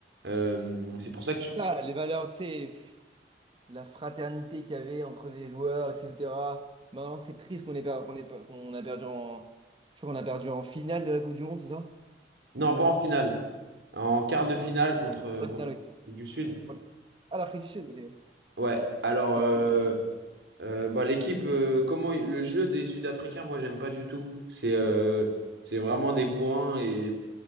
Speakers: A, on the right (about 75°); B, on the right (about 30°).
A: euh, c'est pour ça que tu, tu-
B: ça, les valeurs, tu sais. la fraternité qu'il y avait entre les joueurs, etc. Maintenant, c'est triste qu'on ait per- qu'on ait per- qu'on a perdu en... Je crois qu'on a perdu en finale de la Coupe du Monde, c'est ça?
A: Non,
B: 2020.
A: pas en finale. En quart de finale contre,
B: Pas
A: contre
B: finale, ok.
A: du Sud.
B: Ouais. Ah, l'Afrique du Sud, ok.
A: Ouais, alors, euh,
B: Ok.
A: Euh, bah, l'équipe, euh, comment le jeu des Sud-Africains, moi j'aime pas du tout. C'est euh, c'est vraiment des bourrins et